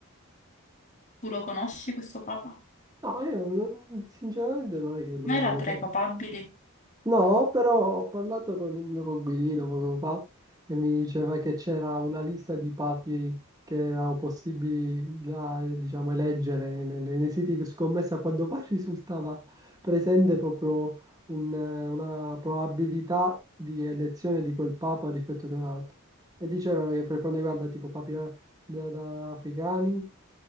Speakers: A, on the left; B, on the right.
A: Tu lo conosci questo papa?
B: No, io non- sinceramente non è che lo,
A: Ma era
B: lo-
A: tra i papabili?
B: No, però ho parlato con il mio coinquilino poco fa e mi diceva che c'era una lista di papi che erano possibili da, eh, diciamo, eleggere ne- ne- nei, siti di scommessa quando poi <laughs> risultava presente proprio un, eh, una probabilità di elezione di quel papa rispetto che un altro. E dicevano che per quanto riguarda tipo papi eh, da da africani,